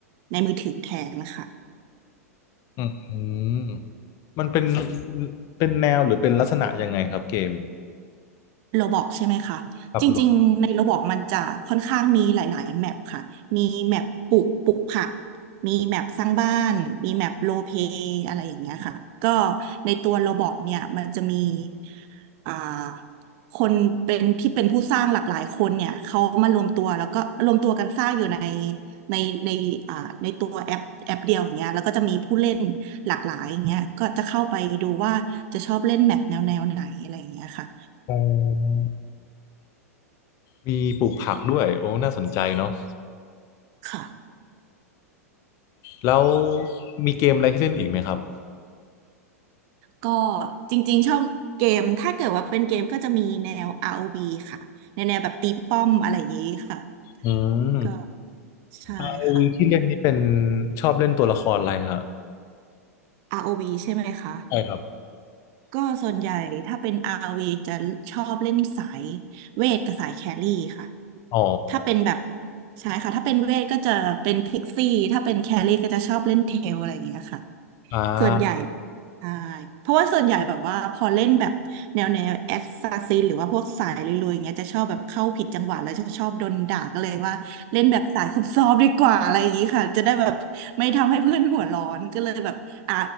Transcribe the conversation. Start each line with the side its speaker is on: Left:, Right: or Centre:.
Right: ในมือถือแทนนะคะ
Left: อืมมันเป็นเป็นแนวหรือเป็นลักษณะยังไงครับเกม
Right: โรบอกใช่ไหมคะ
Left: ขับรถ
Right: จริงๆในโรบอกมันจะค่อนข้างมีหลายๆแมปค่ะ มีแมปปลูกปลูกผักมีแมปสร้างบ้านมีแมปโรลเพลย์อะไรอย่างเงี้ยค่ะก็ในตัวโรบอกเนี่ยมันจะมีอ่าคนเป็นที่เป็นผู้สร้างหลากหลายคนเนี่ยเขามารวมตัวแล้วก็รวมตัวกันสร้างอยู่ในในในอ่าในตัวแอปแอปเดียวอย่างเงี้ยแล้วก็จะมีผู้เล่นหลากหลายอย่างเงี้ยก็จะเข้าไปดูว่าจะชอบเล่นแมปแนวแนวไหนอะไรอย่างเงี้ยค่ะ
Left: อ๋อมีปลูกผักด้วย โอ้น่าสนใจเนาะ
Right: ค่ะ
Left: แล้วมีเกมอะไรที่เล่นอีกไหมครับ
Right: ก็จริงๆชอบเกมถ้าเกิดว่าเป็นเกมก็จะมีแนว ROV ค่ะแนวแนวแบบตีป้อมอะไรอย่างนี้ค่ะ
Left: อืม
Right: ก็ใช่ค่ะ
Left: อ o v ที่เล่นนี้เป็นชอบเล่นตัวละครอะไรฮะ
Right: ROV ใช่ไหมคะ
Left: ใช่ครับ
Right: ก็ส่วนใหญ่ถ้าเป็น ROV จะชอบเล่นสายเวทกับสายแครี่ค่ะ
Left: อ๋อ
Right: ถ้าเป็นแบบใช่ค่ะถ้าเป็นเวทก็จะเป็นพิกซี่ถ้าเป็นแครี่ก็จะชอบเล่นเทลอะไรอย่างเงี้ยค่ะ
Left: อ่า
Right: ส่วนใหญ่ใช่เพราะว่าส่วนใหญ่แบบว่าพอเล่นแบบแนวแนวแอสซาซินหรือว่าพวกสายลุยๆอย่างเงี้ยจะชอบแบบเข้าผิดจังหวะแล้วจะชอบโดนด่าก็เลยว่าเล่นแบบสายซอบซ้อนดีกว่าอะไรอย่างงี้ค่ะจะได้แบบไม่ทำให้เพื่อนหัวร้อนก็เลยแบบอ่ะ